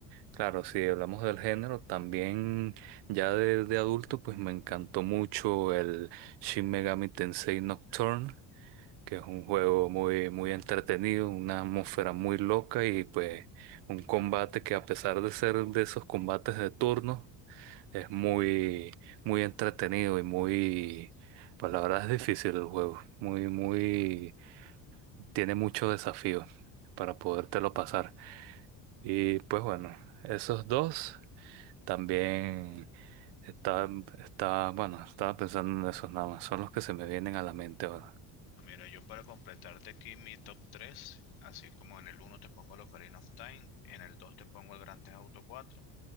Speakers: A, on the right; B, on the left.
A: Claro, si hablamos del género, también ya de, de adulto, pues me encantó mucho el Shin Megami Tensei Nocturne que es un juego muy, muy entretenido, una atmósfera muy loca y pues un combate que a pesar de ser de esos combates de turno, es muy, muy entretenido y muy, pues la verdad es difícil el juego, muy, muy, tiene mucho desafío para podértelo pasar. Y pues bueno, esos dos también está, está, bueno, estaba pensando en esos nada más, son los que se me vienen a la mente ahora.
B: Ah, Mira, yo para completarte aquí mi top tres así como en el uno te pongo el Ocarina of Time, en el 2 te pongo el Grand Theft Auto cuatro